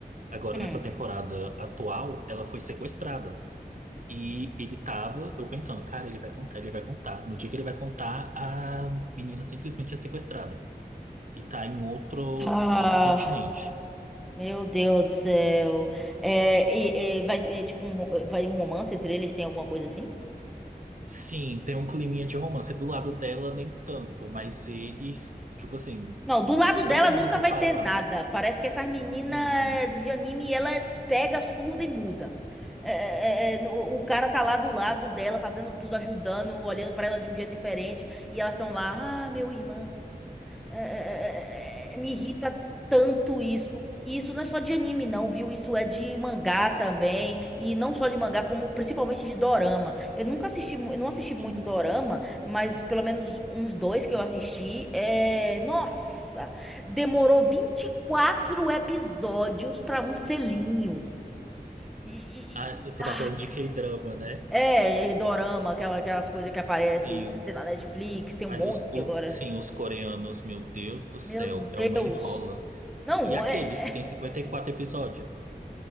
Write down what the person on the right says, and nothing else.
agora
nessa temporada atual, ela foi sequestrada. E ele tava, eu pensando, cara, ele vai contar, ele vai contar. No dia que ele vai contar, a menina simplesmente é sequestrada e tá em outro,
outro continente.
Sim, tem um climinha de romance. Do lado dela, nem tanto, mas eles, tipo assim,
todo
mundo
do
palácio.
Sim,
sim.
Ah,
tu
tá falando de K-drama, né?
Sim,
mas
os, o-
sim, os coreanos, meu Deus do céu,
é uma enrola.
E aqueles
que têm cinquenta e quatro episódios?